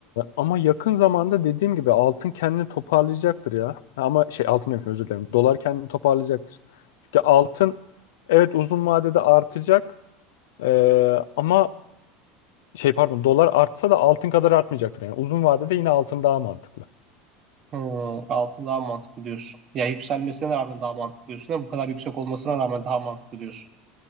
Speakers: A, on the left; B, on the right.
A: ama yakın zamanda dediğim gibi altın kendini toparlayacaktır ya. Ama şey altın demişim özür dilerim. Dolar kendini toparlayacaktır. Çünkü altın evet uzun vadede artacak. Ee, ama şey pardon dolar artsa da altın kadar artmayacaktır. Yani uzun vadede yine altın daha mantıklı.
B: Hmm, altın daha mantıklı diyorsun. Ya yükselmesine rağmen daha mantıklı diyorsun. değil Bu kadar yüksek olmasına rağmen daha mantıklı diyorsun.